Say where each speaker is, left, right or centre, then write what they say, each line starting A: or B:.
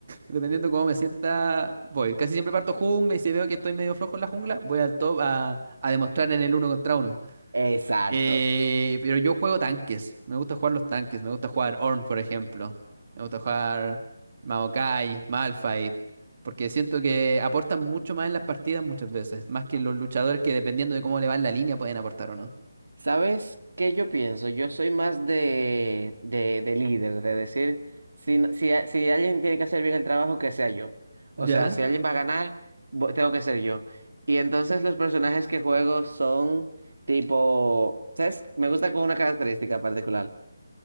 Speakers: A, on the right; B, on the right.
A: Dependiendo de cómo me sienta, voy. Casi siempre parto jungla y si veo que estoy medio flojo en la jungla, voy al top a, a demostrar en el uno contra uno.
B: Exacto.
A: Eh, pero yo juego tanques. Me gusta jugar los tanques. Me gusta jugar Ornn, por ejemplo. Me gusta jugar Maokai, Malphite. Porque siento que aportan mucho más en las partidas muchas veces. Más que los luchadores que dependiendo de cómo le va en la línea pueden aportar o no.
B: ¿Sabes qué yo pienso? Yo soy más de, de, de líder, de decir, si, no- si, a- si alguien tiene que hacer bien el trabajo, que sea yo. O
A: <laughs> ¿Ya?
B: sea, si alguien va a ganar, vo- tengo que ser yo. Y entonces los personajes que juego son tipo, ¿sabes? Me gusta con una característica particular,